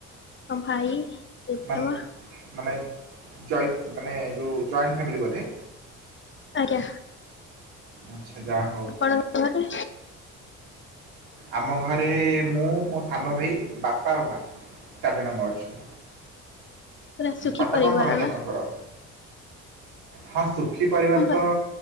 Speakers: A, on the left (about 30°); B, on the right (about 70°).
A: ଆ ଭାଇ। ଜେଜେମା
B: ମାନେ ମାନେ ଜଏ ମାନେ ଯୋଉ ଜଏଣ୍ଟ ଫ୍ୟାମିଲୀ ବୋଧେ?
A: ଆଜ୍ଞା।
B: ଆଚ୍ଛା ଯା ହଉ।
A: ଆପଣଙ୍କ ଘରେ?
B: ଆମ ଘରେ ମୁଁ ମୋ ସାନ ଭାଇ ବାପା ଆଉ ମା ଚାରିଜଣ ଆମେ ଅଛୁ।
A: ପୁରା ସୁଖୀ
B: ବାପା
A: ପରିବାର
B: କଣ କରନ୍ତି
A: ନା?
B: ଆପଣଙ୍କର? ହଁ ସୁଖୀ ପରିବାର
A: ହଁ ବା
B: ତ